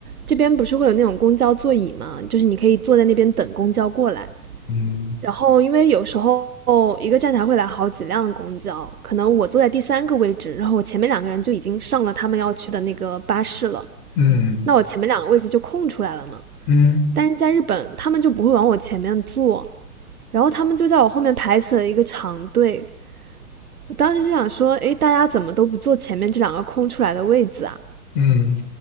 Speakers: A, on the right (about 80°); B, on the left (about 45°).
A: 这边不是会有那种公交座椅嘛，就是你可以坐在那边等公交过来。
B: 嗯
A: 然后因为有时候一个站台会来好几辆公交，可能我坐在第三个位置，然后我前面两个人就已经上了他们要去的那个巴士了，
B: 嗯
A: 那我前面两个位置就空出来了嘛。
B: 嗯
A: 但是在日本，他们就不会往我前面坐，然后他们就在我后面排起了一个长队。我当时就想说，诶，大家怎么都不坐前面这两个空出来的位子啊？
B: 嗯，